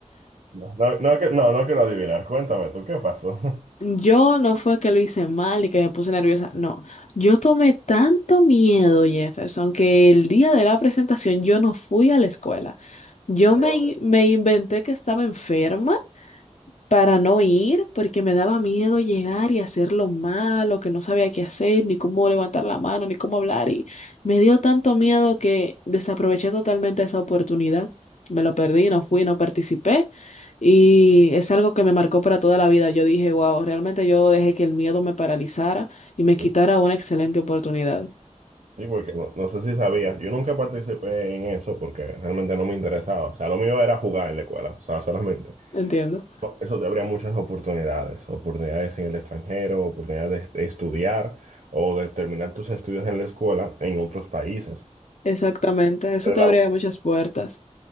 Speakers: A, on the right; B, on the left.
A: No, no, no que- no, no quiero adivinar. Cuéntame tú, ¿qué pasó? <laughs>
B: Yo no fue que lo hice mal y que me puse nerviosa, no. Yo tomé tanto miedo, Jefferson, que el día de la presentación yo no fui a la escuela. Yo me,
A: No,
B: in- me inventé que estaba enferma para no ir, porque me daba miedo llegar y hacerlo mal, o que no sabía qué hacer, ni cómo levantar la mano, ni cómo hablar, y me dio tanto miedo que desaproveché totalmente esa oportunidad. Me lo perdí, no fui, no participé, y es algo que me marcó para toda la vida. Yo dije, wow, realmente yo dejé que el miedo me paralizara y me
A: Sí,
B: quitara una excelente oportunidad.
A: Sí, porque no, no sé si sabías. Yo nunca participé en eso porque realmente no me interesaba. O sea, lo mío era jugar en la escuela, o sea, solamente.
B: Entiendo.
A: Eso te habría muchas oportunidades, oportunidades en el extranjero, oportunidades de estudiar o de terminar tus estudios en la escuela en otros países,
B: Exactamente, eso
A: de
B: te abría muchas puertas.